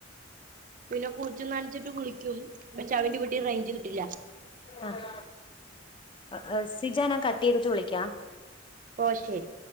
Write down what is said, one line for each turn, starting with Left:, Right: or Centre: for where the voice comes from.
Right: പിന്നെ കുളിച്ചും നനച്ചിട്ട് വിളിക്കും പക്ഷെ അവന്റെ വീട്ടി റേഞ്ച് കിട്ടില്ല
Left: ആഹ് ആഹ് ആഹ് സിജാനാ കട്ട് ചെയ്ത്ട്ട് വിളിക്കാ
Right: ഓഹ് ശെരി